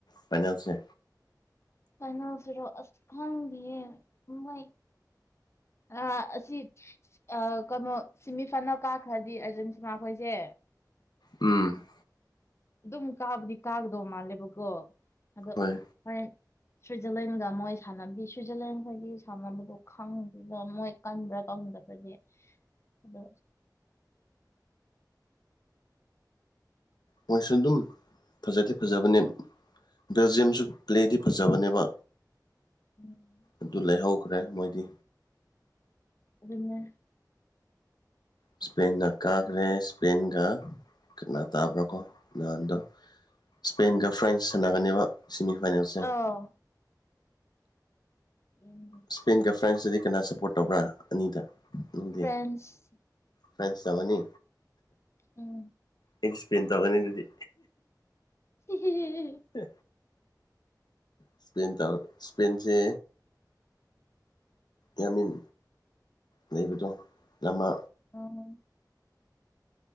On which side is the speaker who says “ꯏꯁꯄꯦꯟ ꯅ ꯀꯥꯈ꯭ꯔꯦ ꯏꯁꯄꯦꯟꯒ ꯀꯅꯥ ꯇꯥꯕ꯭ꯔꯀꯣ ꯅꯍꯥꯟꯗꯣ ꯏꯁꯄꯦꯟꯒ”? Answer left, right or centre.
Left